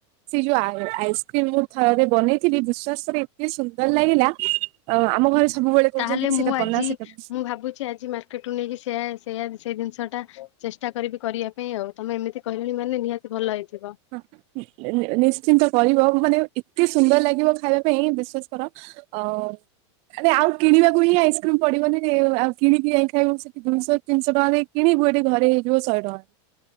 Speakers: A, on the right; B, on the left.
A: ସେ ଯୋଉ ଆଇସ୍କ୍ରିମ ମୁଁ ଥରେ ବନେଇଥିଲି ବିଶ୍ୱାସ କରେ ଏତେ ସୁନ୍ଦର ଲାଗିଲା ଅ ଆମ ଘରେ ସବୁବେଳେ କହୁଛନ୍ତି
B: ତାହେଲେ
A: କି ସେଇଟା
B: ମୁଁ ଆଜି
A: ବନା ସେଇଟା
B: ମୁଁ ଭାବୁଚି ଆଜି ମାର୍ ଟ ରୁ ନେଇକି ସେଆ ସେଆ ସେଇ ଜିନିଷ ଟା ଚେଷ୍ଟା କରିବି କରିବା ପାଇଁ ଆଉ। ତମେ ଏମିତି କହିଲଣି ମାନେ ନିହାତି ଭଲ ହେଇଥିବ।
A: ହଁ ନି - ନିଶ୍ଚିନ୍ତ କରିବ ମାନେ ଏତେ ସୁନ୍ଦର ଲାଗିବ ଖାଇବା ପାଇଁ ବିଶ୍ସସ୍ କର ଅ ଆରେ ଆଉ କିଣିବାକୁ ହିଁ ଆଇସ୍କ୍ରିମ୍ ପଡିବନି ଆଉ କିଣିକି ଯାଇ ଖାଇବୁ। ଦୁଇଶହ ତିନିଶହ ଟଙ୍କାଦେଇ କିଣିବୁ ଏଠି ଘରେ ହେଇଯିବ ଶହ ଟଙ୍କାରେ।